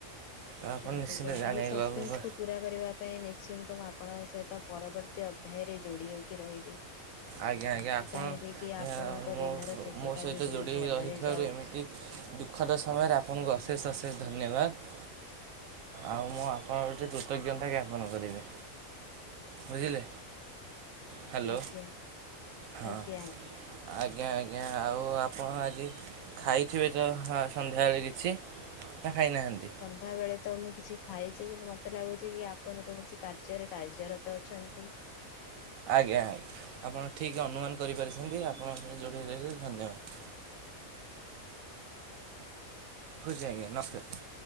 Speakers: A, on the right; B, on the left.
A: ତ
B: ଆଜ୍ଞା
A: ଆପଣ
B: ଆଜ୍ଞା
A: ନିଶ୍ଚିନ୍ତ ଜାଣିବାକୁ
B: ଏଇ ସସ୍ପେନ୍ସ ଖୁ ପୁରରା କରିବା ପାଇଁ ନିଶ୍ଚିନ୍ତ ମୁଁ ଆପଣଙ୍କ ସହିତ ପରବର୍ତ୍ତୀ ଅଧ୍ୟାୟରେ ଯୋଡି ହେଉକି ରହିବି।
A: ଆଜ୍ଞା ଆଜ୍ଞା
B: ମୁଁ
A: ଆପଣ
B: ଚାହିଁବି କି ଆପଣଙ୍କ
A: ମୋ
B: ଦିନର ଶେଷ
A: ମୋ
B: ଟା
A: ସହିତ
B: ବି ବହୁତ
A: ଯୋଡ଼ି ହୋଇ
B: ଭଲରେ
A: ରହିଥିବାରୁ
B: ଯାଉ।
A: ଏମିତି ଦୁଃଖଦ ସମୟରେ ଆପଣଙ୍କୁ ଅଶେଷ ଅଶେଷ ଧନ୍ୟବାଦ। ଆଉ ମୁଁ ଆପଣେ କୃତଜ୍ଞତା ଜ୍ଞାପନ କରିବି ବୁଝିଲେ। ହ୍ୟାଲୋ
B: ଆଜ୍ଞା
A: ହଁ।
B: ଆଜ୍ଞା ଆଜ୍ଞା।
A: ଆଜ୍ଞା ଆଜ୍ଞା ଆଉ ଆପଣ ଆଜି ଖାଇଥିବେ ତ ହଁ ସନ୍ଧ୍ୟାବେଳେ କିଛି। ନା ଖାଇନାହାନ୍ତି?
B: ସନ୍ଧ୍ୟା ବେଳେ ତ ମୁଁ କିଛି ଖାଇଛି କିନ୍ତୁ ମତେ ଲାଗୁଛି କି ଆପଣ କୌଣସି କାର୍ଯ୍ୟରେ କାର୍ଯ୍ୟରତ ଅଛନ୍ତି।
A: ଆଜ୍ଞା ଆଜ୍ଞା ଆପଣ ଠିକ୍ ଅନୁମାନ କରିପାରିଛନ୍ତି ଆପଣଙ୍କ ସହିତ ଯୋଡି ହେଇ ରହିଲି ଧନ୍ୟବାଦ। ରହୁଚି ଆଜ୍ଞା ନମସ୍କାର।